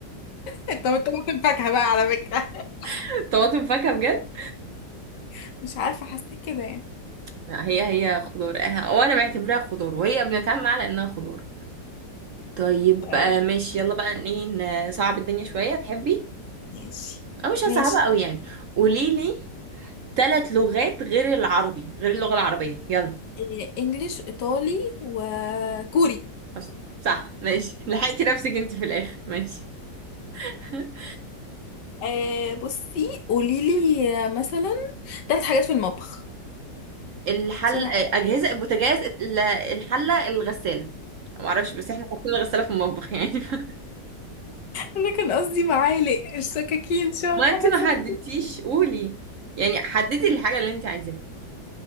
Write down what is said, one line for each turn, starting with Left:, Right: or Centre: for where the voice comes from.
Left: طب انت بتقول الفاكهة بقى على فكرة
Right: <laughs> طماطم فاكهة بجد
Left: <laughs> مش عارفه حسيت كده يعني
Right: لا، هي هي خضار آه، وانا بعتبرها خضار وهي بنتعامل على انها خضار طيب
Left: طيب
Right: آه ماشي يلا بقى ايه نصعب الدنيا شوية تحبي
Left: ماشي
Right: أو مش هصعبها
Left: ماشي
Right: قوي يعني قوليلي ثلاث لغات غير العربي غير اللغة العربية يلا
Left: إيه، انجليش ايطالي وكوري
Right: بس صح ماشي لحقتي نفسك انت في الاخر ماشي <laughs>
Left: آه بصي قولي لي مثلا تلات حاجات في المطبخ
Right: الحل
Left: بسرعه
Right: اجهزه
Left: <laughs>
Right: البوتاجاز ال- الحله الغساله ما اعرفش بس احنا حاطين الغساله في المطبخ يعني <laughs>
Left: انا كان قصدي معالق السكاكين شوك
Right: ما
Left: حاجة
Right: انت ما
Left: زي
Right: حددتيش
Left: كده.
Right: قولي يعني حددي الحاجه اللي انت عايزاها